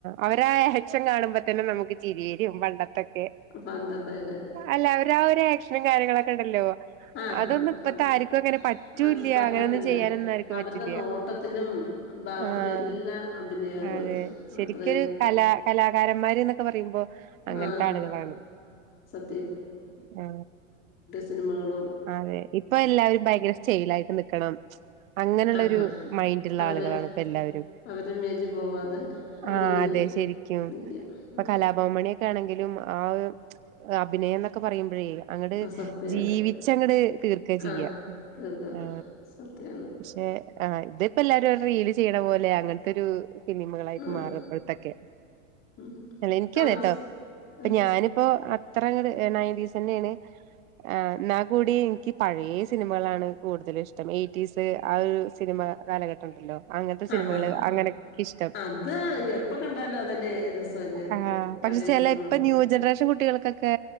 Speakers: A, on the right; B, on the left.
A: അവരാ ആ ആക്ഷൻ കാണുമ്പോ തന്നെ നമുക്ക് ചിരിവരും പണ്ടത്തൊക്കെ
B: പണ്ടത്തെയൊക്കെ
A: അല്ല അവര് ആ ഒരു ആക്ഷനും കാര്യങ്ങളൊക്കെ ഉണ്ടല്ലോ
B: ആഹ്
A: അതൊന്നും ഇപ്പത്തെ
B: അത്
A: ആർക്കും അങ്ങനെ പറ്റൂല്ല്യ
B: അ പറ്റത്തില്ല
A: അങ്ങനെയൊന്നും ചെയ്യാനൊന്നും ആർക്കും
B: അവരുടെ
A: പറ്റില്ല്യ
B: നോട്ടത്തിലും ഭാവത്തിലും
A: ആഹ്
B: എല്ലാ അഭിനയമാണ്
A: അതെ ശരിക്കൊരു
B: അത്രയും
A: കലാ കലാകാരന്മാര് എന്നൊക്കെ പറയുമ്പോ അങ്ങനത്തെ
B: ആ
A: ആളുകാണ്
B: സത്യം
A: ആ
B: സിനമകൾ
A: അതെ ഇപ്പൊ എല്ലാവരും ഭയങ്കര സ്റ്റെയില ആായിട്ട് നിക്കണം അങ്ങനെയുള്ളരു
B: ആഹാ
A: മൈൻഡള്ള
B: അവര്
A: ആളുകളാണ് ഇപ്പ എല്ലാവരും
B: അവര് മേജ് പോവാതെ അവരിങ്ങനെ
A: ആ അതെ ശെരിക്കും
B: നിക്കും
A: ഇപ്പൊ
B: ഉം
A: കലാഭാവൻ മണിയൊക്കെ ആണെങ്കിലും ആ അഭിനയം എന്നൊക്കെ പറയുമ്പോഴ ചെയ്യുക അങ്ങാട്ട്
B: ആ സത്യ
A: ജീവി <unintelligible> തീർക്ക ചെയ്യ
B: ആഹ് തീർക്കും
A: ആ
B: സത്യാണ്
A: പക്ഷെ ആ ഇതിപ്പോ എല്ലാരും റീൽ ചെയ്യ ലെ അങ്ങനത്തെരു ഇനിമകളായിട്ട്
B: ആഹ്
A: മാറപ്പോഴത്തൊക്കെ
B: ഉം
A: അല്ല എനിക്ക
B: തമിഴ്
A: കേട്ടോ ഇപ്പൊ
B: ആഹ്
A: ഞാനിപ്പോ ഇത്ര അങ്ങട് എ നയൻറ്റീസ് തന്നെയാണ് ആ നാ കൂടി എനിക്ക് പഴേ സിനിമകളാണ് കൂടുതലും ഇഷ്ടം. എയ്റ്റീസ് ആ ഒരു സിനിമ കാലഘട്ടം ഉണ്ടല്ലോ അങ്ങനത്തെ സിനിമകള്
B: ആഹ് ആഹ്
A: അങ്ങനെക്കിഷ്ടം.
B: അത് എപ്പ കണ്ടാലും അതല്ലേ രസല്ലേ
A: ആ പക്ഷെ
B: പഴയ
A: ചെലപ്പ
B: സിനിമകള്
A: ന്യൂ ജനറേഷൻ കുട്ടികൾക്കൊക്കെ